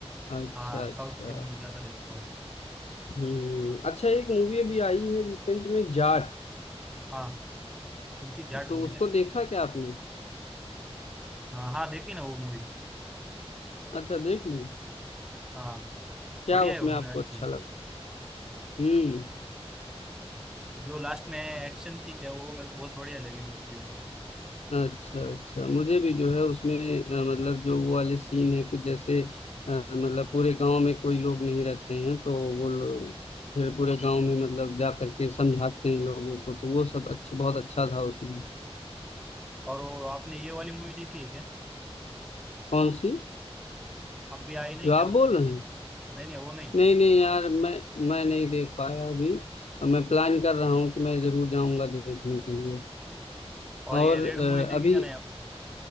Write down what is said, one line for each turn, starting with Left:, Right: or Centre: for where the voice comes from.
Left: अच्छा
Centre: हाँ
Left: अच्छा
Centre: साउथ की मूवी ज्यादा देखता हूँ
Left: हम्म अच्छा एक मूवी अभी आई है रिसेंट में जाट
Centre: हाँ कौन सी जाट
Left: तो
Centre: बोली
Left: उसको
Centre: ना
Left: देखा क्या आपने
Centre: हाँ हाँ देखी ना वो मूवी
Left: अच्छा देख ली
Centre: हाँ
Left: क्या
Centre: बढ़िया
Left: उसमें
Centre: है वो मूवी
Left: आपको
Centre: अच्छी
Left: अच्छा लगा हम्म
Centre: जो लास्ट में एक्शन थी क्या वो मेरे को बहुत बढ़िया लगी वो मूवी
Left: अच्छा अच्छा मुझे भी जो है उसमें अ, मतलब जो वो वाले सीन है कुछ जैसे अ, मतलब पूरे गांव में कोई लोग नहीं रहते हैं तो वो लोग फिर पूरे गांव में मतलब जा करके समझाते हैं लोगों को तो वो सब अच्छा बहुत अच्छा था उसमें
Centre: और वो आपने ये वाली मूवी देखी है क्या
Left: कौन सी
Centre: अब भी आई नहीं
Left: जो
Centre: क्या
Left: आप
Centre: वो
Left: बोल रहे हैं
Centre: नहीं नहीं वो नहीं
Left: नहीं नहीं यार मैं मैं नहीं देख पाया अभी मैं प्लान कर रहा हूँ कि मैं जरूर जाऊंगा देखने के लिए
Centre: और
Left: और
Centre: ये रेड
Left: अ,
Centre: मूवी देखी
Left: अभी
Centre: क्या नहीं आप